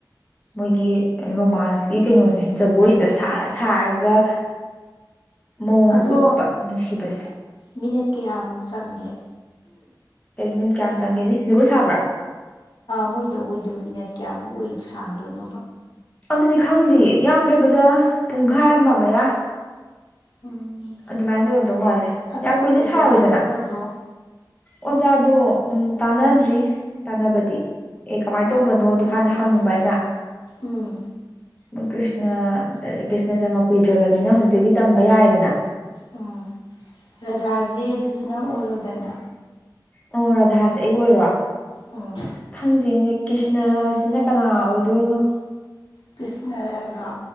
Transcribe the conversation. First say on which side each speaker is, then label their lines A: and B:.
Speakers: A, on the left; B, on the left.
A: ꯃꯣꯏꯒꯤ ꯔꯣꯃꯥꯟꯁꯀꯤ ꯀꯩꯅꯣꯁꯦ ꯖꯒꯣꯏꯁꯤꯗ ꯁꯥꯔꯒ ꯃꯑꯣꯡꯁꯨ
B: ꯑꯗꯣ
A: ꯎꯠꯄ ꯅꯨꯡꯁꯤꯕꯁꯦ
B: ꯃꯤꯅꯠ ꯀꯌꯥꯃꯨꯛ ꯆꯪꯒꯦ
A: ꯀꯩ ꯅꯨ ꯃꯤꯅꯤ ꯀꯌꯥꯝ ꯆꯪꯒꯦꯗꯤ ꯖꯒꯣꯏ ꯁꯥꯕ꯭ꯔꯥ
B: ꯃꯣꯏ ꯖꯒꯣꯏꯗꯣ ꯃꯤꯅꯠ ꯀꯌꯥꯃꯨꯛ ꯑꯣꯏ ꯁꯥꯡꯗꯣꯏꯅꯣꯕ
A: ꯑꯗꯨꯗꯤ ꯈꯪꯗꯦ ꯌꯥꯝꯗ꯭ꯔꯕꯗ ꯄꯨꯡꯈꯥꯏ ꯑꯃ ꯃꯌꯥ
B: ꯎꯝ
A: ꯑꯗꯨꯃꯥꯏꯅ ꯇ ꯑꯣꯏꯔꯝꯗꯧ ꯃꯥꯜꯂꯦ
B: ꯑꯗꯣ
A: ꯌꯥꯝ ꯀꯨꯏꯅ
B: ꯑꯣꯖꯥ
A: ꯁꯥꯥꯎꯔꯣꯏꯗꯅ
B: ꯇꯥꯟꯅꯈ꯭ꯔꯕꯣ
A: ꯑꯣꯖꯥꯗꯣ ꯎ ꯇꯥꯟꯅꯗ꯭ꯔꯤ ꯇꯥꯟꯅꯕꯗꯤ ꯑꯦ ꯀꯃꯥꯏꯅ ꯇꯧꯕꯅꯣꯗ ꯍꯥꯟꯅ ꯍꯪꯕ ꯑꯩꯅ
B: ꯎꯝ
A: ꯣꯏ ꯀ꯭ꯔꯤꯁꯅ ꯀ꯭ꯔꯤꯁꯅ ꯆꯃ ꯀꯨꯏꯗ꯭ꯔꯕꯅꯤꯅ ꯍꯧꯖꯤꯛꯇꯒꯤ ꯇꯝꯕ ꯌꯥꯔꯦꯗꯅ
B: ꯎꯝ ꯔꯙꯥꯁꯦ ꯑꯗꯨꯗꯤ ꯅꯪ ꯑꯣꯏꯔꯣꯗꯅ
A: ꯑꯣ ꯔꯥꯙꯥꯁꯦ ꯑꯩ ꯑꯣꯏꯔꯣ
B: ꯎꯝ
A: ꯈꯪꯗꯦꯅꯦ ꯀ꯭ꯔꯤꯁꯅꯁꯤꯅ ꯀꯅꯥ ꯑꯣꯏꯗꯣꯏꯅꯣ
B: ꯀ꯭ꯔꯤꯁꯅꯔꯣ